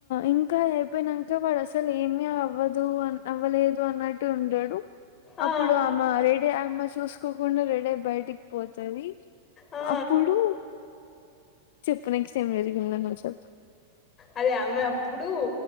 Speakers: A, on the left; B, on the left.
A: ఇంకా ఎప్ప అ పోయినంక వాడు అసలు ఏమి అవ్వదు అ అవ్వలేదు అన్నట్టు ఉంటాడు
B: ఆ
A: అప్పుడు ఆమ రెడి అమ్మ స్ చూసుకోకుండా రెడీ బయటికి పోతది
B: ఆ
A: అప్పుడు చెప్పనికి సేమ్ జరిగిందన్న ష
B: అదే ఆమె అప్పుడు